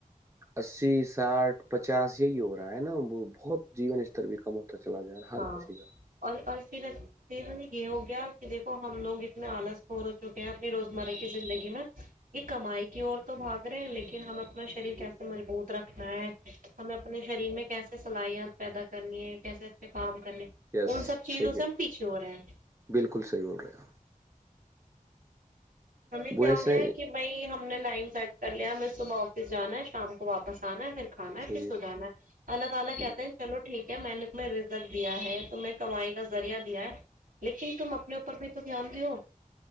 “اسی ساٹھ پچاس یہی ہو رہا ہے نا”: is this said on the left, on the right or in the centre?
Right